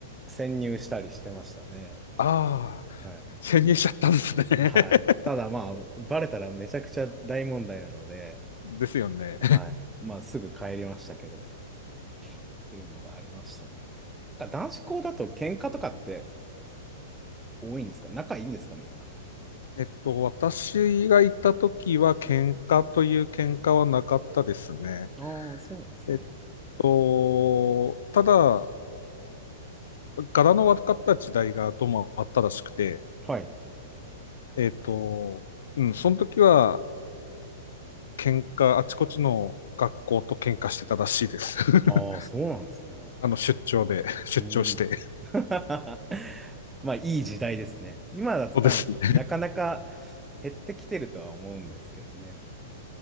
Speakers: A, in the centre; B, on the left.
A: 潜入したりしてましたね。
B: ああ、
A: はい。
B: 潜入しちゃったんですね。
A: もはい。
B: <laughs>
A: ただまあ、バレたらめちゃくちゃ大問題なので、
B: ですよね。
A: はい。まあ、すぐ帰りましたけど、っていうのがありましたね。なんか男子校だと喧嘩とかって多いんですか仲いいんですかみんな。
B: えっと、私がいた時は喧嘩という喧嘩はなかったですね。
A: ああー、そうなんですね。
B: えっと、ただ、柄の悪かった時代がどうもあったらしくて、
A: はい。
B: えっと、うん、その時は喧嘩、あちこちの学校と喧嘩してたらしいです。<laughs>
A: ああ、そうなんですね。
B: あの、出張で、出張して。
A: うん。<laughs> まあ、いい時代ですね。今だと多分、
B: そうですね。
A: なかなか減ってきてるとは思うんですけどね。